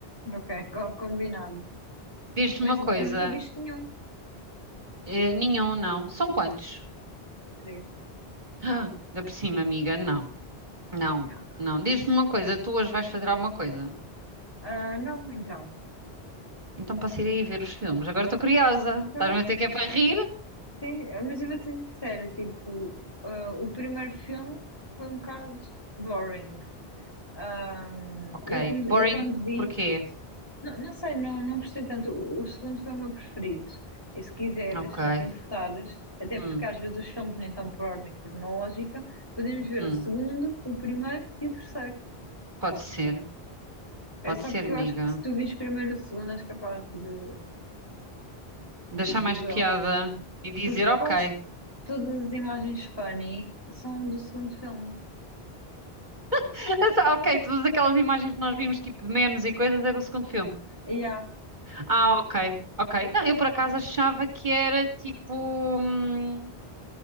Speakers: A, on the left (about 20°); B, on the right (about 45°).
A: Ok, co- combinado.
B: Diz-me
A: Mas
B: uma coisa.
A: tu nunca viste nenhum?
B: eh, nenhum, não. São quantos?
A: Três.
B: Ah, Da por cima, amiga. Não, não,
A: Yeah.
B: não. Diz-me uma coisa, tu hoje vais fazer alguma coisa.
A: Ah, não, então.
B: Então posso ir aí ver os filmes. Agora estou curiosa.
A: Então,
B: Estás-me a dizer
A: sim,
B: que é para
A: sim.
B: rir?
A: Sim, ah, mas eu vou ser sincera, tipo, ah, o primeiro filme foi um bocado boring. Ah,
B: Ok.
A: eu, come-
B: Boring,
A: eu quando vi.
B: porquê?
A: Não, não sei, não, não gostei tanto. O, o segundo foi o meu preferido. E se quiseres,
B: Ok.
A: se não te importares, até
B: Hum,
A: porque às vezes os filmes nem estão por ordem cronológica, podemos ver
B: hum.
A: o segundo, o primeiro e o terceiro.
B: Pode ser.
A: É
B: Pode
A: só
B: ser,
A: porque
B: amiga.
A: eu acho que se tu vires primeiro o segundo, és capaz de, de-
B: deixar mais
A: digo
B: piada
A: eu.
B: e dizer,
A: Porque
B: ok.
A: quase todas as imagens funny são do segundo filme.
B: <laughs> Ah, Ok, todas aquelas imagens que nós vimos, tipo de memes e coisas, é do segundo filme.
A: E há,
B: Ah, ok, ok. Não, eu por acaso achava que era tipo. hum,